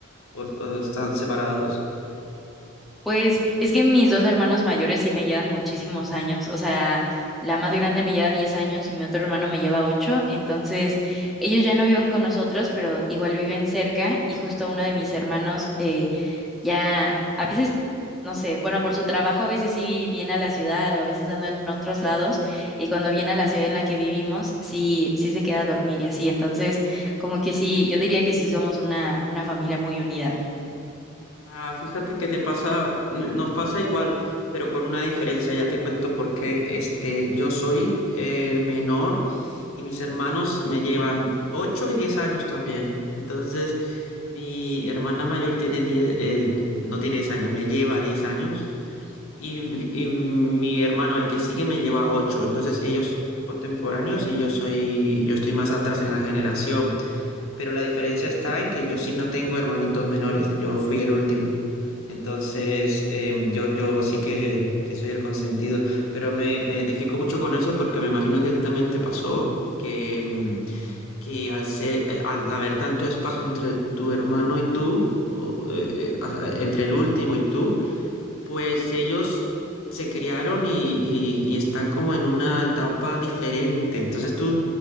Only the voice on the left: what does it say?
o- o están separados?
Ah, fíjate que te pasa, n- nos pasa igual, pero con una diferencia, ya te cuento por qué. Este, yo soy el menor y mis hermanos me llevan 8 y 10 años también. Entonces, mi hermana mayor tiene 10, eh, no tiene 10 años, me lleva 10 años y, mi y mi hermano, el que sigue, me lleva 8. Entonces, ellos son contemporáneos y yo soy, yo estoy más atrás en la generación. Pero la diferencia está en que yo sí no tengo hermanitos menores, yo fui el último. Entonces, em, yo, yo sí que, que soy el consentido, pero me, me identifico mucho con eso porque me imagino que a ti también te pasó que, em, que al, se- al haber tanto espacio entre tu hermano y tú, o eh, eh, a- a- entre el último y tú, pues ellos se criaron y, y- y están como en una etapa diferente. Entonces tú